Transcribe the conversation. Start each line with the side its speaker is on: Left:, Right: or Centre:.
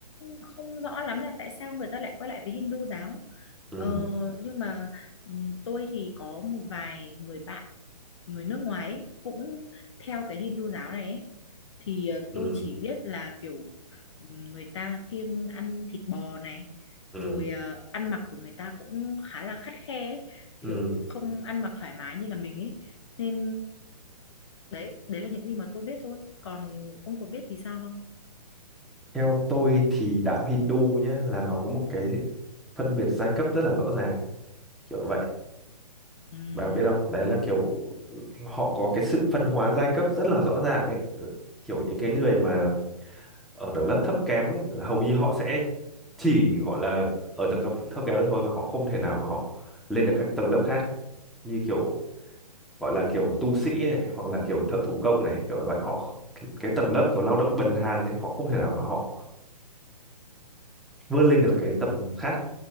Left: không rõ lắm là tại sao người ta lại quay lại với Hindu giáo
Centre: Ừ,
Left: ờ, nhưng mà ừm, tôi thì có một vài người bạn người nước ngoài ấy, cũng theo cái Hindu giáo này ấy. thì ờ,
Centre: ừ,
Left: tôi chỉ biết là kiểu ừm, người ta kiêng ăn thịt bò này
Centre: ừ,
Left: rồi ờ, ăn mặc của người ta cũng khá là khắt khe ấy.
Centre: ừ.
Left: kiểu không ăn mặc thoải mái như là mình ấy nên đấy đấy là những gì mà tôi biết thôi còn ông có biết vì sao không
Centre: Theo tôi thì đạo Hindu nhé là nó có một cái phân biệt giai cấp rất là rõ ràng kiểu vậy
Left: Ừm,
Centre: bà có biết không đấy là kiểu họ có cái sự phân hóa giai cấp rất là rõ ràng ấy Ờ, kiểu những cái người mà ở tầng lớp thấp kém ấy là hầu như họ sẽ chỉ gọi là ở tầng cấp thấp kém đó thôi và họ không thể nào mà họ lên được các tầng lớp khác như kiểu gọi là kiểu tu sĩ này hoặc là kiểu thợ thủ công này kiểu vậy họ cái tầng lớp kiểu lao động bần hàn đấy họ không thể nào mà họ vươn lên được cái tầm khác